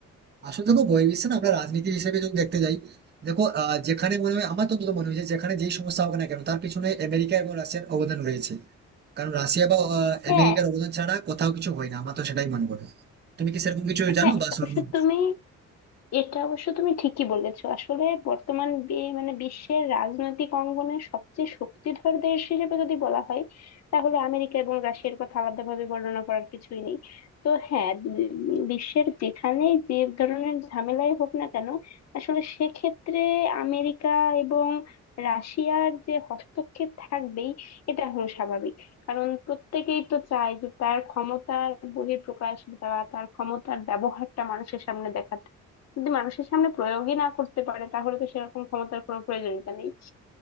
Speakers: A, on the right (about 35°); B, on the left (about 60°).
A: আসলে দেখো বহির্বিশ্বে না আমরা রাজনীতি হিসেবে যদি দেখতে যাই দেখো আহ, যেখানে মনে হয় আমার তো অন্তত মনে হয়েছে যেখানে যেই সমস্যা হোক না কেন তার পিছনে আমেরিকা এবং রাশিয়ার অবদান রয়েছে কারণ রাশিয়া বা আহ,
B: হ্যাঁ
A: আমেরিকার অবদান ছাড়া কোথাও কিছু হয় না আমার তো সেটাই মনে করে তুমি কি সেরকম কিছু জানো
B: হ্যাঁ এটা
A: বা সেরকম
B: অবশ্য তুমি এটা অবশ্য তুমি ঠিকই বলেছো আসলে বর্তমান বি- মানে বিশ্বের রাজনৈতিক অঙ্গনে সবচেয়ে শক্তিধর দেশ হিসেবে যদি বলা হয় তাহলে আমেরিকা এবং রাশিয়ার কথা আলাদাভাবে বর্ণনা করার কিছুই নেই তো হ্যাঁ বি- বিশ্বের যেখানে যে ধরনের ঝামেলাই হোক না কেন আসলে সেক্ষেত্রে আমেরিকা এবং রাশিয়ার যে হস্তক্ষেপ থাকবেই এটা হলো স্বাভাবিক কারণ প্রত্যেকেই তো চায় যে তার ক্ষমতার বহিঃপ্রকাশ বা তার ক্ষমতার ব্যবহারটা মানুষের সামনে দেখাতে যদি মানুষের সামনে প্রয়োগই না করতে পারে তাহলে তো সেরকম ক্ষমতার কোনো প্রয়োজনীয়তা নেই